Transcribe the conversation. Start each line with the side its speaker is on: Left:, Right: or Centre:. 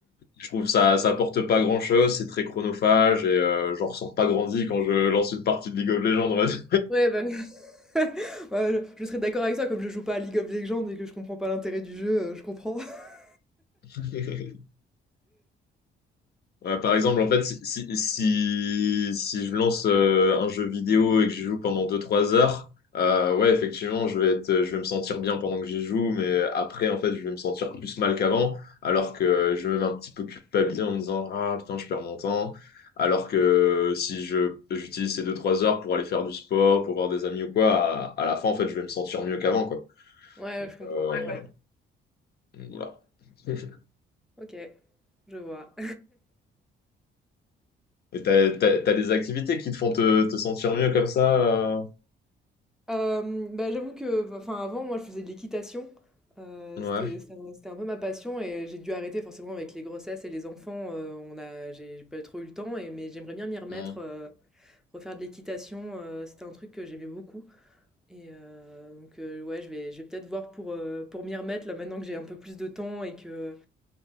Left: je trouve que ça, ça apporte pas grand-chose, c'est très chronophage et euh, j'en ressors pas grandi quand je lance une partie de League of Legends, on va dire.
Centre: Ouais, bah, <laughs> ouais, je je serais d'accord avec ça, comme je joue pas à League of Legends et que je comprends pas l'intérêt du jeu, heu, je comprends. <laughs>
Left: <laughs> Ouais, par exemple, en fait, si, si, si, si je lance euh, un jeu vidéo et que je joue pendant deux trois heures, euh, ouais, effectivement, je vais être, je vais me sentir bien pendant que j'y joue, mais après, en fait, je vais me sentir plus mal qu'avant, alors que je vais même un petit peu culpabiliser en me disant, ah putain, je perds mon temps. Alors que si je, j'utilise ces deux trois heures pour aller faire du sport, pour voir des amis ou quoi, à, à la fin, en fait, je vais me sentir mieux qu'avant, quoi.
Centre: Ouais,
Left: Donc,
Centre: je comprends,
Left: euh,
Centre: ouais.
Left: voilà. <laughs>
Centre: OK, je vois.
Left: Et t'as, t'as- t'as des activités qui te font te, te sentir mieux comme ça, euh,
Centre: Hem, bah, j'avoue que bah, enfin, avant, moi, je faisais de l'équitation. Heu,
Left: Ouais.
Centre: c'était c'était un c'était un peu ma passion et j'ai dû arrêter forcément avec les grossesses et les enfants, heu, on a j'ai j'ai pas trop eu le temps et mais j'aimerais bien m'y remettre,
Left: Mm.
Centre: heu, refaire de l'équitation, heu, c'était un truc que j'aimais beaucoup et heu, donc heu, ouais, je vais je vais peut-être voir pour, heu, pour m'y remettre, là, maintenant que j'ai un peu plus de temps et que